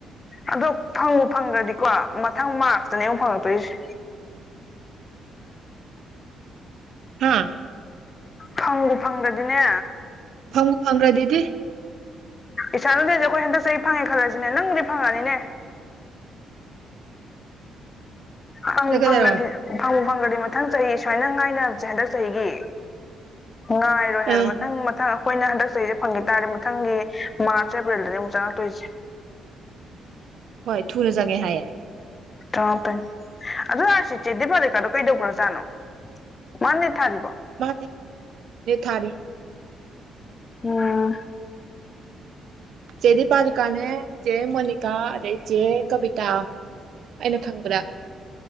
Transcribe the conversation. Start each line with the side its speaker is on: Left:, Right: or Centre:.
Left: ꯑꯗꯣ ꯐꯪꯕꯨ ꯐꯪꯈ꯭ꯔꯗꯤꯀꯣ ꯃꯊꯪ ꯃꯥꯔꯁꯇꯅꯦ ꯑꯃꯉꯨꯛ ꯐꯪꯉꯛꯇꯣꯏꯁꯦ
Right: ꯍꯥꯥ
Left: ꯐꯪꯕꯨ ꯐꯪꯗ꯭ꯔꯗꯤꯅꯦ
Right: ꯐꯪꯕꯨ ꯐꯪꯒ꯭ꯔ ꯗꯗꯤ
Left: ꯏꯁ ꯁꯗ ꯑꯩꯈꯣꯏ ꯍꯟꯗꯛ ꯆꯍꯤ ꯑꯩ ꯐꯪꯉꯦ ꯈꯜꯂꯁꯤꯅꯦ ꯅꯪꯕꯨꯗꯤ ꯐꯪꯉꯛꯅꯤꯅꯦ ꯐꯪꯕꯨ
Right: ꯑꯗꯨ ꯀꯩꯗꯧꯔ
Left: ꯐꯪꯒ꯭ꯔꯗꯤ ꯐꯪ ꯐꯪꯈ꯭ꯔꯗꯤ ꯃꯊꯪ ꯆꯍꯤ ꯁꯨꯃꯥꯏꯅ ꯉꯥꯏꯅꯕꯁꯦ ꯍꯟꯗꯛ ꯆꯍꯤꯒꯤ ꯉꯥꯏꯔꯣꯏ ꯍꯥꯏꯕ
Right: ꯑꯥ
Left: ꯃꯊꯪ ꯃꯊꯪ ꯑꯩꯈꯣꯏꯅ ꯍꯟꯗꯛ ꯆꯍꯤꯁꯦ ꯐꯪꯈꯤ ꯇꯥꯔꯦ ꯃꯊꯪꯒꯤ ꯃꯥꯔꯆ ꯑꯦꯄ꯭ꯔꯤꯜꯗꯅꯤ ꯑꯃꯨꯛ ꯆꯥ ꯉꯥꯛꯛꯇꯣꯏꯁꯦ
Right: ꯍꯣꯏ ꯊꯨꯅ ꯆꯪꯉꯦ ꯍꯥꯏꯌꯦ
Left: ꯆꯪꯉꯛꯀꯅꯤ ꯑꯗꯨꯁꯤ ꯆꯦꯗꯤ ꯄꯂꯤꯀꯥꯗꯣ ꯀꯩꯗꯧꯈ꯭ꯔꯖꯥꯠꯅꯣ ꯃꯥꯅꯦ ꯊꯥꯔꯤꯕꯣ
Right: ꯃꯥ ꯅꯤꯠ ꯊꯥꯔꯤ
Left: ꯎꯝ
Right: ꯆꯦꯗꯤ ꯄꯥꯂꯤꯀꯥꯅꯦ ꯆꯦ ꯃꯣꯅꯤꯀꯥ ꯑꯗꯩ ꯆꯦ ꯀꯕꯤꯇꯥ ꯑꯩꯅ ꯈꯪꯕꯗꯥ